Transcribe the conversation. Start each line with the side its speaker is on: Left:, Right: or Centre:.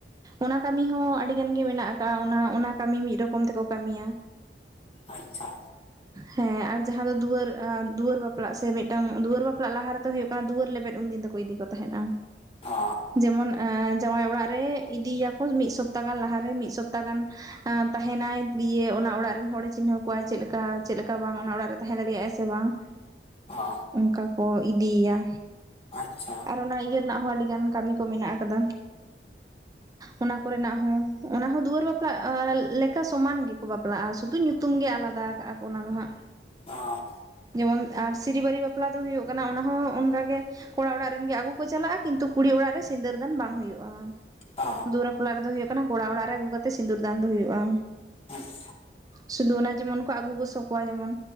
Right: ᱚᱱᱟ ᱠᱟᱹᱢᱤ ᱦᱚᱸ ᱟᱹᱰᱤ ᱜᱟᱱ ᱜᱮ ᱢᱮᱱᱟᱜ ᱠᱟᱜᱼᱟ ᱚᱱᱟ ᱚᱱᱟ ᱠᱟᱹᱢᱤ ᱦᱚᱸ ᱢᱤᱫ ᱨᱚᱠᱚᱢ ᱛᱮᱠᱚ ᱠᱟᱹᱢᱤᱭᱟ
Left: ᱟᱪᱪᱷᱟ
Right: ᱦᱮᱸ ᱟᱨ ᱡᱟᱦᱟᱸ ᱫᱚ ᱫᱩᱣᱟᱹᱨ ᱫᱩᱣᱟᱹᱨ ᱵᱟᱯᱞᱟᱜ ᱥᱮ ᱢᱤᱫᱴᱟᱝ ᱫᱩᱣᱟᱹᱨ ᱵᱟᱯᱞᱟᱜ ᱞᱟᱦᱟ ᱨᱮᱛᱚ ᱦᱳᱭᱳᱜ ᱠᱟᱱᱟ ᱫᱩᱣᱟᱹᱨ ᱞᱮᱵᱮᱫ ᱩᱱᱫᱤᱱ ᱫᱚ ᱦᱩᱭ ᱤᱫᱤ ᱠᱚ ᱛᱟᱦᱮᱸᱱᱟ
Left: ᱚ
Right: ᱡᱮᱢᱚᱱ ᱡᱟᱶᱟᱭ ᱚᱲᱟᱜ ᱨᱮ ᱤᱫᱤᱭᱟᱠᱚ ᱢᱤᱫ ᱥᱚᱯᱛᱟ ᱜᱟᱱ ᱞᱟᱦᱟᱨᱮ ᱢᱤᱫ ᱥᱚᱯᱛᱟ ᱜᱟᱱ ᱟᱸ ᱛᱟᱦᱮᱱᱟᱭ ᱫᱤᱭᱮ ᱚᱱᱟ ᱚᱲᱟᱜ ᱨᱮᱱ ᱦᱚᱲᱮ ᱪᱤᱱᱦᱟᱹᱣ ᱠᱚᱣᱟᱭ ᱪᱮᱫᱞᱮᱠᱟ ᱪᱮᱫᱞᱮᱠᱟ ᱵᱟᱝ ᱚᱱᱟ ᱚᱲᱟᱜ ᱨᱮ ᱛᱟᱦᱮᱸ ᱫᱟᱲᱮᱭᱟᱜ ᱟᱭ ᱥᱮ ᱵᱟᱝ
Left: ᱚ
Right: ᱚᱝᱠᱟ ᱠᱚ ᱤᱫᱤᱭ ᱭᱟ
Left: ᱟᱪᱪᱷᱟ
Right: ᱟᱨ ᱚᱱᱟ ᱤᱭᱟᱹ ᱨᱮᱱᱟᱜ ᱦᱚᱸ ᱟᱹᱰᱤᱜᱟᱱ ᱠᱟᱹᱢᱤ ᱠᱚ ᱢᱤᱱᱟᱜ ᱟᱠᱟᱫᱟ
Left: <inaudible>
Right: ᱚᱱᱟ ᱠᱚᱨᱮᱸᱱᱟᱜ ᱦᱚᱸ ᱚᱱᱟᱦᱚᱸ ᱫᱩᱣᱟᱹᱨ ᱵᱟᱯᱞᱟᱜ ᱞᱮᱠᱟ ᱥᱚᱢᱟᱱ ᱜᱤᱠᱚ ᱵᱟᱯᱞᱟᱜᱼᱟ ᱥᱩᱫᱩ ᱧᱩ ᱛᱩᱢ ᱜᱮ ᱟᱞᱟᱫᱟ ᱠᱟᱜᱼᱟ ᱠᱚ ᱚᱱᱟ ᱫᱚ ᱦᱟᱸᱜ
Left: ᱚ
Right: ᱡᱮᱢᱚᱱ ᱟᱨ ᱥᱤᱨᱤ ᱵᱟᱹᱨᱤ ᱵᱟᱯᱞᱟ ᱫᱚ ᱦᱳᱭᱳᱜ ᱠᱟᱱᱟ ᱚᱱᱟ ᱦᱚᱸ ᱚᱱᱠᱟ ᱜᱮ ᱠᱚᱲᱟ ᱚᱲᱟᱜ ᱨᱮᱱ ᱜᱮ ᱟᱹᱜᱩ ᱠᱚ ᱪᱟᱞᱟᱜᱼᱟ ᱠᱤᱱᱛᱩ ᱠᱩᱲᱤ ᱚᱲᱟᱜ ᱨᱮ ᱥᱤᱸᱫᱟᱹᱨ ᱫᱟᱱ ᱵᱟᱝ ᱦᱩᱭᱩᱜᱼᱟ
Left: ᱚ
Right: ᱫᱩᱣᱟᱹᱨ ᱵᱟᱯᱞᱟ ᱨᱮᱫᱚ ᱦᱳᱭᱳᱜ ᱠᱟᱱᱟ ᱠᱚᱲᱟ ᱚᱲᱟᱜ ᱨᱮ ᱟᱹᱜᱩ ᱠᱟᱛᱮ ᱥᱤᱸᱫᱩᱨ ᱫᱟᱱ ᱫᱚ ᱦᱳᱭᱳᱜᱼᱟ
Left: ᱟᱪᱪᱷᱟ
Right: ᱥᱩᱫᱩ ᱚᱱᱟ ᱡᱮᱢᱚᱱ ᱠᱚ ᱟᱹᱜᱩ ᱜᱚᱥᱚ ᱠᱚᱣᱟ ᱡᱮᱢᱚᱱ